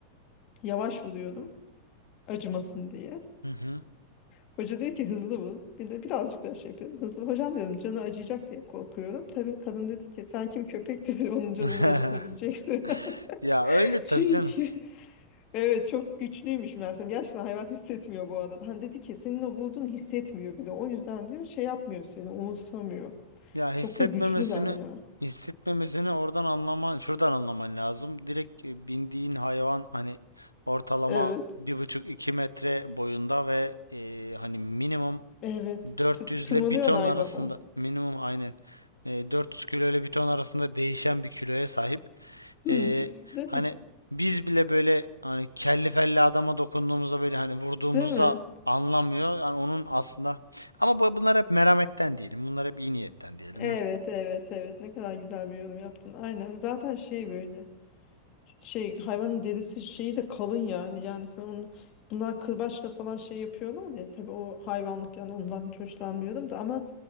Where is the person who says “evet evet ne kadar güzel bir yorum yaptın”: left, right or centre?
Left